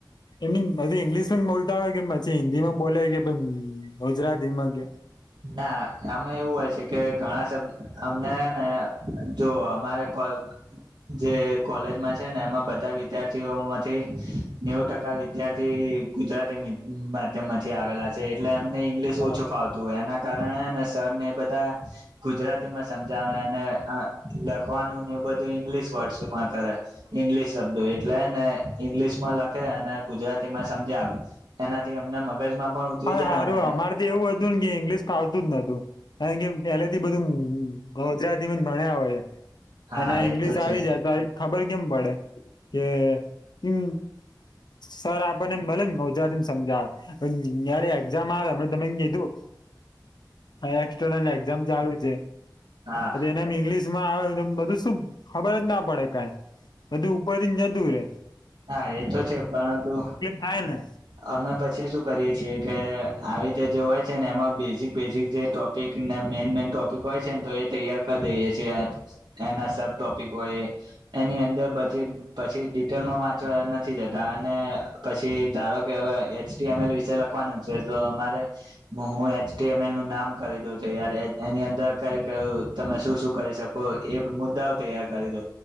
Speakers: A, on the left (about 65°); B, on the right (about 75°).
A: એમ બધી ઈંગ્લિશ બોલ. હોય કે પછી હિન્દીમાં બોલે કે ગુજરાતીમાં કે.
B: ના આમે એવું હોય છે કે ઘણાબ અમને ને જો અમારે. કયો. જે કોલેજમાં છે ને એમાં બધા વિદ્યાર્થીઓ માંથી નેવું ટકા વિદ્યાર્થી. ગુજરાતી માધ્યમ માંથી આવેલા છે એટલે એમને ઇંગ્લિશ
A: બરાબર.
B: ઓછું ફત. એના કારણે સરને એ બધા ગુજરાતી માં સમજાવે અને લખવાનું. એવ બધું ઇંગ્લશ વર્ડમાં કરે ઈંગ્લિશ શબ્દો એટલે ને ઈંગ્લિશ માં લખે. ગુજરાતીમાં સમજ આવે એનાથી અમને મગજમાં. પણ ઉતરી
A: અરે
B: જાય અને
A: સારું અમારે તો એવું હતું ને કે ઈંગ્લિશ કાવતું જ નતું. કાર કેમ પેલાથી બધું ગોજરા મણ આવે છે.
B: હા
A: અને આ
B: એ
A: ઇંગ્લિશ
B: તો છે
A: આવી જાય તો ખબર કેમ પડે. કેમ સર આપણને મળ મોજરામ સમજાવ. યારે એક્ઝામ આવે અમમે તમે કીધું. હ એક્સટર્નલ એક્ઝામ ચાલુ છે
B: હા
A: એનેમ ઇંગ્લિશ. આવે બધું શું ખબર જ ના પડે કઈ બધું ઉપર જ ન દૂરે.
B: હા એ તો છે પરંતુ
A: થાય ને
B: અમે પછી શું કરીએ છીએ. કે આવી રીતે જે હોય છે ને એમાં બેઝિક બેઝિક જે ટોપિકને મેઈન મેન ટોપિક હોય છે ને તો એ. તૈયાર કરી દઈએ છ છે એના સબ ટોપિક હોય એની અંદરી પછી. િટેલમાં. પાચ નથી જતા અને પછી ધારો કે હ એચ એમલ વિશે લખવાનું છે તો અમારે. હું એચલ નું નામ કરી દય એની અંદર કઈ ક તમે શું શું. કરી શકો એ મુદ્દા તૈયાર કરી દો